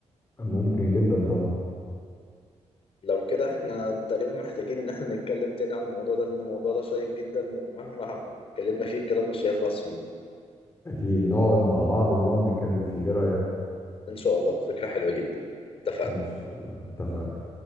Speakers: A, on the left; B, on the left.
A: ممكن جدا طبعا
B: لو كده احنا تقريبا محتاجين ان احنا نتكلم تاني عن الموضوع ده لان الموضوع ده شيق جدا ومهما اتكلمنا فيه الكلام مش هيخلص فيه
A: اكيد نقعد مع بعض ونقعد نتكلم فيه ايه رأيك
B: ان شاء الله فكره حلوه جدا اتفقنا
A: ان شاء الله اتفقنا